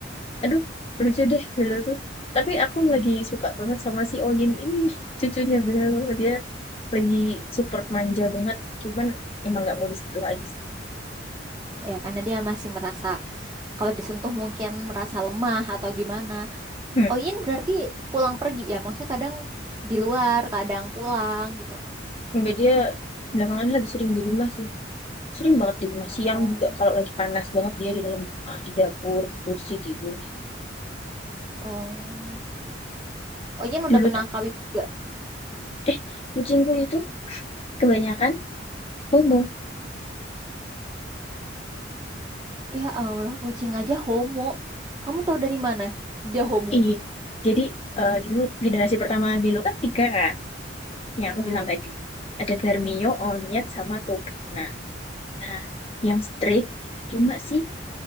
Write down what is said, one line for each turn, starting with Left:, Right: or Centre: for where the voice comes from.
Left: aduh lucu deh Belo tuh tapi aku lagi suka banget sama si Oyin ini <laughs> cucunya Belo dia lagi super manja banget cuman emang nggak mau disentuh aja sih
Right: Ya, karena dia masih merasa kalau disentuh mungkin merasa lemah atau gimana.
Left: Hmm.
Right: Oyin berarti pulang pergi ya. Maksudnya kadang di luar, kadang pulang gitu.
Left: Enggak dia belakangan ini lagi sering di rumah sih sering banget di rumah
Right: Oh,
Left: siang
Right: oh,
Left: juga kalau lagi panas banget dia di dalam rumah di dapur kursi tidur
Right: oh Ojen udah
Left: dulu
Right: pernah
Left: tuh
Right: kawin juga.
Left: eh kucingku itu kebanyakan homo
Right: Ya Allah, kucing aja homo. Kamu tahu dari mana dia homo?
Left: Iya. Jadi eh, dulu generasi pertama Belo kan tiga kan. yang
Right: Mm-mm.
Left: aku bilang tadi. Ada Darmio, Onyet, sama Tobina. Nah, yang strict itu cuma si